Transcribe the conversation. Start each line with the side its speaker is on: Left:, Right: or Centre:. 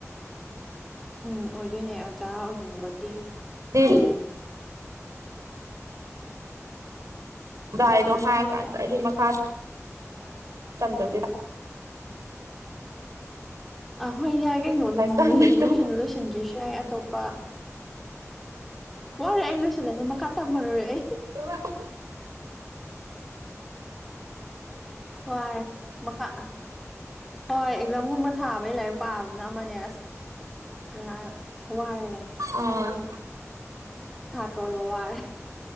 Centre: ꯎꯝ ꯑꯣꯏꯗꯣꯏꯅꯦ ꯑꯣꯖꯥ ꯑꯣꯏꯅꯤꯡꯕꯒꯤ
Right: ꯎ
Centre: ꯑꯣꯏꯗꯣꯏꯅꯦ
Right: ꯗꯥꯏꯅꯣ ꯍꯥꯏꯔ ꯀꯥꯟꯗ ꯑꯩꯗꯤ ꯃꯈꯥ ꯇꯗ ꯇꯦꯛ <inaudible>
Centre: ꯑꯍꯣꯏ ꯌꯥꯏ ꯀꯩꯅꯣ ꯑꯗꯨꯝ
Right: ꯇꯝꯗꯣꯏꯗꯣ
Centre: ꯒ꯭ꯔꯦꯖꯨꯋꯦꯁꯟꯗ ꯂꯣꯏꯁꯤꯟꯒꯦꯁꯨ ꯌꯥꯏ ꯑꯇꯣꯞꯄ ꯋꯥꯔꯦ ꯑꯩ ꯂꯣꯏꯁꯤꯜꯂꯅꯤ ꯃꯈꯥ ꯇꯥꯃꯨꯔꯦ ꯑꯩ
Right: ꯑꯗꯨꯒ
Centre: ꯋꯥꯔ ꯃꯈꯥ ꯍꯣꯏ ꯑꯦꯛꯖꯥꯝꯒꯨꯝꯕ ꯊꯥꯕꯩ ꯂꯥꯏꯔꯤꯛ ꯄꯥꯕꯅ ꯑꯃꯅꯦ ꯑꯁ ꯌꯥ ꯋꯥꯔꯦꯅ
Right: ꯑꯣ
Centre: ꯁꯥꯇ ꯑꯣꯏꯣ ꯑꯣꯏꯕꯕꯥꯔꯦ